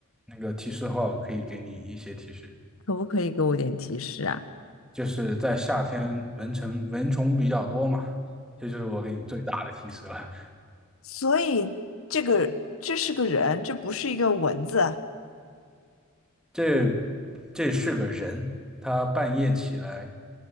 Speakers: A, in the centre; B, on the left.
A: 那个提示的话，我可以给你一些提示。
B: 可不可以给我点提示啊？
A: 就是在夏天，蚊虫蚊虫比较多嘛，这就是我给你最大的提示了。
B: 所以这个这是个人，这不是一个蚊子。
A: 这这是个人，他半夜起来